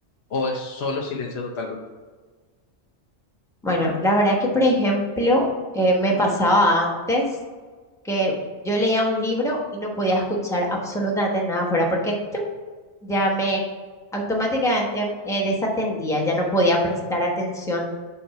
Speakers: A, on the left; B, in the centre.
A: o es solo silencio total contigo.
B: Bueno, la verdad que, por ejemplo, eh, me pasaba antes que yo leía un libro y no podía escuchar absolutamente nada fuera porque ¡tum! ya me automáticamente eh, desatendía, ya no podía prestar atención,